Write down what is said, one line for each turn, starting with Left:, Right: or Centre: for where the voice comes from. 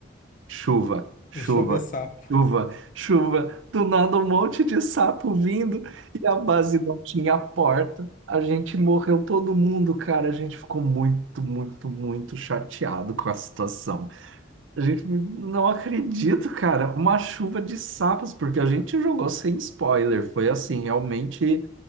Right: Chuva, chuva,
Left: Deixa eu ver sapo.
Right: chuva, chuva. Do nada um monte de sapo vindo e a base não tinha porta. A gente morreu todo mundo, cara. A gente ficou muito, muito, muito chateado com a situação. A gente não acredito, cara. Uma chuva de sapos, porque a gente jogou sem spoiler. Foi assim, realmente